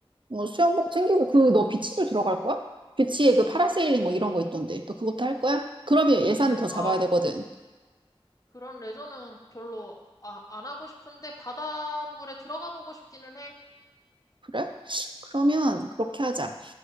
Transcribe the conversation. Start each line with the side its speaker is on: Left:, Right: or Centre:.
Right: 뭐 수영복 챙기고 그 너 비치도 들어갈 거야? 비치에 그 파라세일링 뭐 이런 거 있던데. 너 그것도 할 거야? 그러면 예산을 더 잡아야
Left: 아,
Right: 되거든.
Left: 그런 레저는 별로 아, 안 하고 싶은데 바닷물에 들어가 보고 싶기는 해.
Right: 그래? 그러면 그렇게 하자.